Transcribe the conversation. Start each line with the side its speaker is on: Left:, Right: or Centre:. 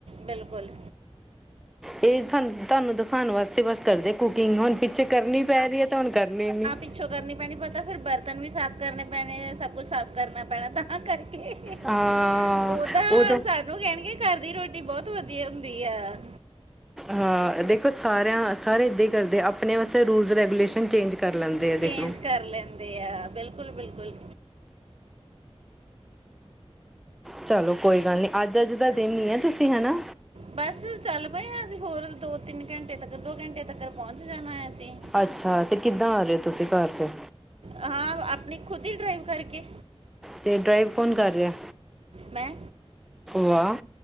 Right: ਬਿਲਕੁਲ।
Centre: ਇਹ ਸਾਨ ਤੁਹਾਨੂੰ ਦਿਖਾਉਣ, ਵਾਸਤੇ ਬਸ ਕਰਦੇ ਕੁਕਿੰਗ ਹੁਣ। ਪਿੱਛੇ ਕਰਨੀ ਪੈ ਰਹੀ ਹੈ ਤਾਂ ਹੁਣ ਕਰਨੀ ਹੀ ਨੀ।
Right: ਪੱਛੋਂ ਕਰਨੀ ਪੈਣੀ। ਪਤਾ ਫਿਰ ਬਰਤਨ ਵੀ ਸਾਫ਼ ਕਰਨੇ ਪੈਣੇ। ਸਭ ਕੁੱਛ ਸਾਫ਼ ਕਰਨਾ ਪੈਣਾ। ਤਾਂ ਕਰਕੇ
Centre: ਹਾਂ
Right: ਉਹਦਾ
Centre: ਉਦੋਂ
Right: ਉਹ ਕਹਿਣਗੇ, ਘਰ ਦੀ ਰੋਟੀ ਬਹੁਤ ਵਧੀਆ ਹੁੰਦੀ ਆ।
Centre: ਹਾਂ। ਦੇਖੋ ਸਾਰਿਆਂ ਸਾਰੇ ਏਦਾਂ ਹੀ ਕਰਦੇ ਆਪਣੇ ਵਾਸਤੇ ਰੂਲਸ ਰੈਗੂਲੇਸ਼ਨ ਚੇਂਜ ਕਰ ਲੈਂਦੇ ਆ
Right: ਚੇਂਜ
Centre: ਦੇਖਲੋ
Right: ਕਰ ਲੈਂਦੇ ਆ। ਬਿਲਕੁਲ-ਬਿਲਕੁਲ।
Centre: ਚਲੋ ਕੋਈ ਗੱਲ ਨਹੀ। ਅੱਜ ਅੱਜ ਦਾ ਦਿਨ ਨ ਹੈ ਤੁਸੀਂ ਹਨਾ।
Right: ਬਸ ਚੱਲ ਪਏ ਆ ਅਸੀਂ ਹੋਰ ਦੋ- ਤਿੰਨ ਘੰਟੇ ਤੱਕ। ਦੋ ਘੰਟੇ ਤੱਕ ਪਹੁੰਚ ਜਾਣਾ ਹੈ ਅਸੀਂ।
Centre: ਅੱਛਾ। ਤੇ ਕਿੱਦਾਂ ਆ ਰਹੇ ਹੋ ਤੁਸੀਂ ਘਰ ਤੇ।
Right: ਹਾਂ। ਆਪਣੀ ਖੁਦ ਹੀ ਡਰਾਈਵ ਕਰਕੇ
Centre: ਤੇ ਡਰਾਈਵ ਕੌਣ ਕਰ ਰਿਹਾ?
Right: ਮੈਂ।
Centre: ਆਹ!